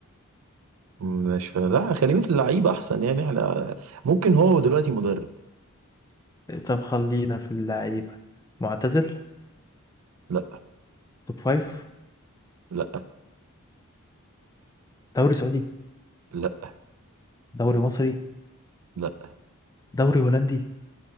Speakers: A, on the right (about 70°); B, on the left (about 15°).
A: مش لا خلينا في اللعيب احسن يعني احنا ممكن هو دلوقتي مدرب
B: طب خلينا في اللعيبه معتزل
A: لا
B: توب فايف
A: لا
B: دوري سعودي
A: لا
B: دوري مصري
A: لا
B: دوري هولندي